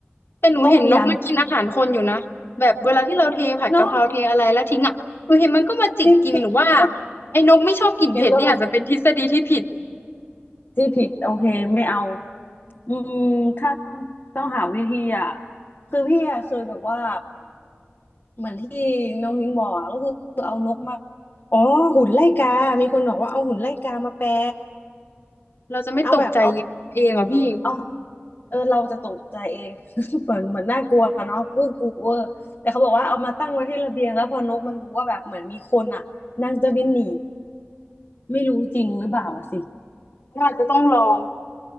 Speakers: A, on the left; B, on the left.
A: แต่หนูเห็นนกมันกินอาหารคนอยู่นะแบบเวลาที่เราเทผัดกะเพราเทอะไรแล้วทิ้งอ่ะหนูเห็นมันก็มาจิกกินหนูว่า
B: ต้มยำเนาะพริกพริก
A: ไอ้นกไม่ชอบกลิ่นเผ็ดนี่อาจจะเป็นทฤษฎีที่ผิด
B: งั้นก็ที่ผิดโอเคไม่เอาอืมถ้าต้องต้องหาวิธีอะคือพี่อะเคยแบบว่า เหมือนที่น้องนิ้งบอกอะก็คือเอานกมาอ๋อหุ่นไล่กามีคนบอกว่าเอาหุ่นไล่กามาแปะ
A: เราจะไม่ตกใจ
B: เอาแบบเอา
A: เองเหรอพี่
B: เอาเออเราจะตกใจเอง <laughs> เหมือนเหมือนน่ากลัวเนาะกู้กลัวแต่เขาบอกว่าเอามาตั้งไว้ที่ระเบียงแล้วพอนกมันรู้ว่าแบบเหมือนมีคนอ่ะนางจะบินหนีไม่รู้จริงหรือเปล่าอะสิ
A: ว่าอาจจะต้องลอง